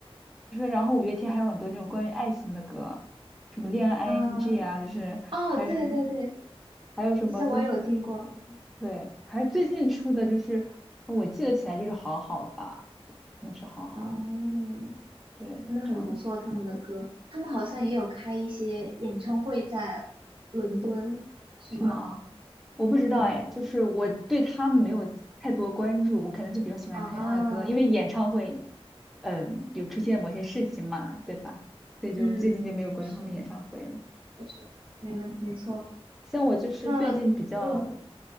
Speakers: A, in the centre; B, on the right.
A: 就是然后五月天还有很多那种关于爱情的歌，什么恋爱
B: 啊，
A: ING 啊，就是还有什么
B: 哦，对对对，
A: 还有什么就是
B: 这些我也有听过，
A: 对，还有最近出的就是我记得起来就是好好吧，那是好好，
B: 嗯，
A: 对，
B: 真的很不错，
A: 这样
B: 他们的歌，他们好像也有开一些演唱会在伦敦，是吗？
A: 是吗？我不知道哎，
B: 嗯。
A: 就是我对他们没有太多关注，我可能就比较喜欢听他的歌，
B: 啊，
A: 因为演唱会，嗯，有出现某些事情嘛，对吧？所以就最近就没有关注他们演唱会了。
B: 嗯，确实，确实，没问，没错。
A: 像我就是最近比较
B: 那，嗯，